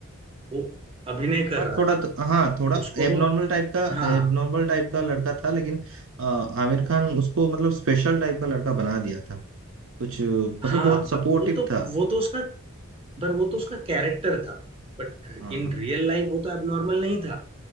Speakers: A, on the right (about 25°); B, on the right (about 65°).
A: वो अभिनय कर
B: हाँ
A: रहा
B: थोड़ा
A: था
B: तो, हाँ थोड़ा
A: उसको
B: एबनॉर्मल
A: तो
B: टाइप का
A: हाँ
B: एबनॉर्मल टाइप का लड़का था लेकिन अ, आमिर खान उसको मतलब स्पेशल टाइप का लड़का बना दिया था कुछ मतलब
A: हाँ
B: बहुत सपोर्टिव
A: but वो तो
B: था
A: वो तो उसका पर वो तो उसका कैरेक्टर था बट
B: हाँ
A: इन
B: हाँ
A: रियल लाइफ वो तो एबनॉर्मल नहीं था